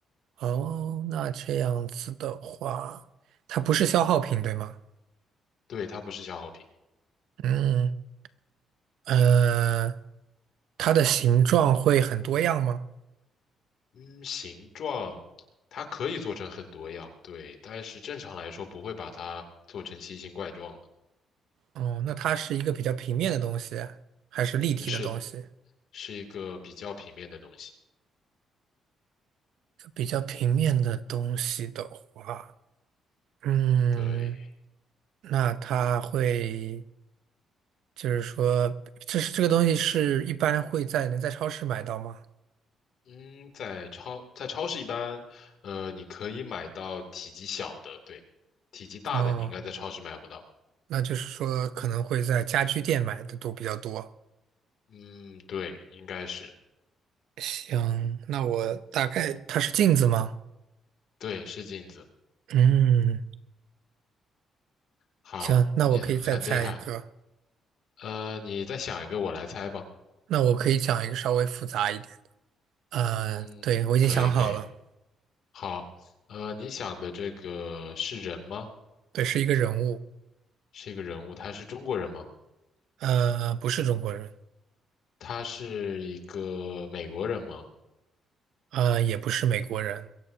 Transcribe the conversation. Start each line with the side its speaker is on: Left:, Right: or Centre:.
Right: 哦，那这样子的话，它不是消耗品，对吗？
Left: 对，它不是消耗品。
Right: 嗯，呃，它的形状会很多样吗？
Left: 嗯，形状它可以做成很多样，对，但是正常来说不会把它做成奇形怪状的。
Right: 哦，那它是一个比较平面的东西，还是立体的东西？
Left: 嗯，是的，是一个比较平面的东西。
Right: 比较平面的东西的话，嗯，
Left: 对，
Right: 那它会，就是说，这是这个东西是一般会在能在超市买到吗？
Left: 嗯，在超在超市一般，呃，你可以买到体积小的，对，体积大的你应该在超市买不到。
Right: 哦。那就是说可能会在家居店买的都比较多。
Left: 嗯，对，应该是，
Right: 行，那我大概它是镜子吗？
Left: 对，是镜子。
Right: 嗯，
Left: 好，
Right: 行，那我可以再猜一个。
Left: 你很厉害。呃，你再想一个，我来猜吧。
Right: 那我可以讲一个稍微复杂一点。呃，
Left: 嗯，
Right: 对，我已经想好了，
Left: 可以，可以。好，呃，你想的这个是人吗？
Right: 对，是一个人物，
Left: 是一个人物，他是中国人吗？
Right: 呃，不是中国人，
Left: 他是一个美国人吗？
Right: 呃，也不是美国人，